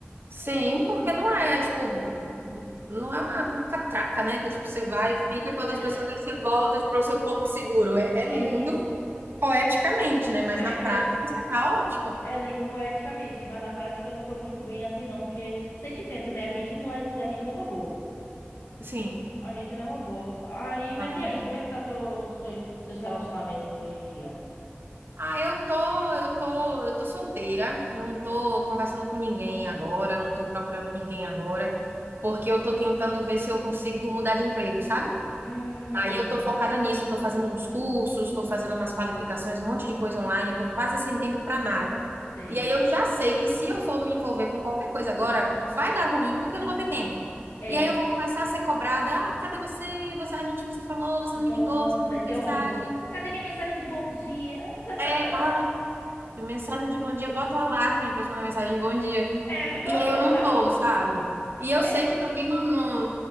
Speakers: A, on the right (about 60°); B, on the left (about 85°).
A: Sim,
B: É,
A: porque não é, tipo, não é uma, uma catraca, né? Que, tipo, você vai, fica com outras pessoas,
B: é,
A: aí você volta, tipo, para o seu porto seguro. É, é
B: é
A: lindo
B: isso.
A: poeticamente, né?
B: <laughs>
A: Mas na prática
B: É lindo.
A: isso é caótico.
B: É lindo poeticamente, mas na prática não foi muito bem assim, não, porque sentimento, né? A gente não é, a gente não é robô.
A: Sim,
B: A gente não é robô. Aí,
A: exatamente.
B: mas e aí, como é que tá seus, seus, seus relacionamentos hoje em dia?
A: Ah, eu tô, eu tô, eu tô solteira, não tô conversando com ninguém agora, não tô procurando ninguém agora, porque eu tô tentando ver se eu consigo mudar de emprego, sabe?
B: Hum,
A: Aí eu tô focada nisso, eu tô fazendo uns cursos, tô fazendo umas qualificações, um monte de coisa online, eu tô quase sem tempo para nada.
B: sei.
A: E aí eu já sei que se eu for me envolver com qualquer coisa agora, vai dar ruim porque eu não vou ter tempo.
B: É.
A: E aí eu vou começar a ser cobrada, ah, cadê você? Você, a gente não se falou, você
B: Nossa,
A: não me ligou, você não mandou
B: isso
A: mensagem.
B: é horrível. Cadê minha mensagem de bom dia? <laughs>
A: É, ah, mensagem de bom dia, bota o alarme para te mandar mensagem de bom dia.
B: É, <laughs>
A: E aí eu não tô, sabe? E eu
B: é.
A: sei que também não, não-